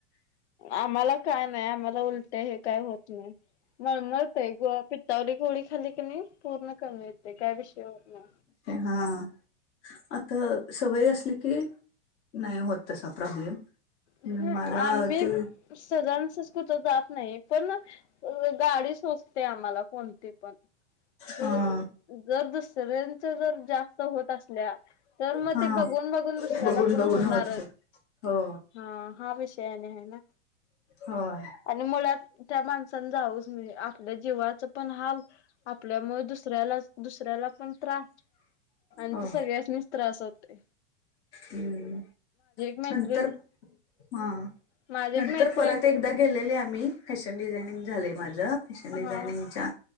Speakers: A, on the left; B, on the left.
A: आम्हाला काय नाही आम्हाला उलट्या हे काय होत नाही. मळमळतय गं पित्तावली गोळी खाली कणी पूर्ण कमी येतय काय विषय होत नाही.
B: हा, आत सवय आसली की नाही होत तसा प्रॉब्लेम.
A: ऊ हू
B: मला
A: आम्ही
B: ते
A: सहजानसज कुठ जात नाही पण गाडी सोचते आम्हाला कोणती पण. आसं
B: हा
A: उ जर दुसऱ्यांच जर जास्त होत आसल्या तर म
B: हा
A: ते बघून बघून दुसऱ्याला
B: बघून
A: पण
B: बघून
A: होणारच.
B: होत हो.
A: हा हा विषय आणि हाय ना.
B: होय.
A: आणि मुळात त्या माणसान जावूच म्हणजे आपल्या जीवाच पण हाल, आपल्यामुळ दुसऱ्याला दुसऱ्याला पण त्रास आणि
B: हो
A: ते सगळ्यानीच त्रास होतय.
B: हम्म,
A: मैत्रिण
B: नंतर हा
A: माझी
B: नंतर
A: एक मैत्रिण
B: परत एकदा गेलेले आम्ही फॅशन डिझायनिंग झालंय माझं, फॅशन
A: हा
B: डिझायनिंगच्या